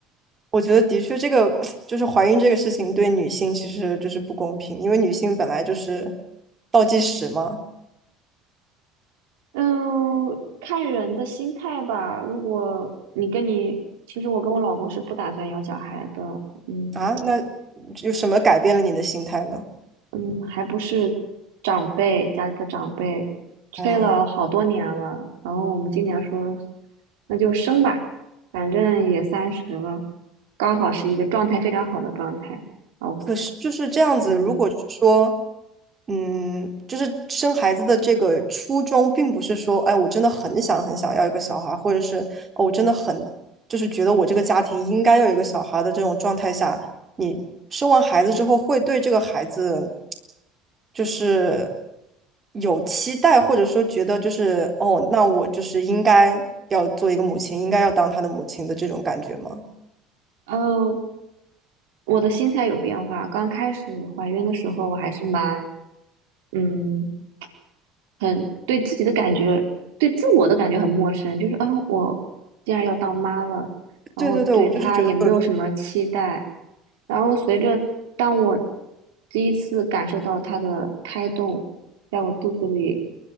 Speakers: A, on the right; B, on the right.
A: 我觉得的确这个 <tsk> 就是怀孕这个事情对女性其实就是不公平，因为女性本来就是倒计时嘛。
B: 嗯，看人的心态吧。如果你跟你，其实我跟我老公是不打算要小孩的，嗯，
A: 啊，那有什么改变了你的心态呢？
B: 嗯，还不是长辈家里的长辈催了好多年了，
A: 嗯。
B: 然后我们今年说那就生吧，反正也三十了，刚好是一个状态非常好的状态。哦，
A: 可是就是这样子，
B: 嗯，
A: 如果是说，嗯，就是生孩子的这个初衷，并不是说，哎，我真的很想很想要一个小孩，或者是，哦，我真的很，就是觉得我这个家庭应该要有一个小孩的这种状态下，你生完孩子之后，会对这个孩子，就是有期待，或者说觉得就是，哦，那我就是应该要做一个母亲，应该要当他的母亲的这种感觉吗？
B: 哦，我的心态有变化。刚开始怀孕的时候，我还是蛮嗯很对自己的感觉，对自我的感觉很陌生，就是啊，我既然要当妈了，然后对她也没有什么期待，
A: 对对对，我就是觉得会有。
B: 然后随着当我第一次感受到他的胎动，在我肚子里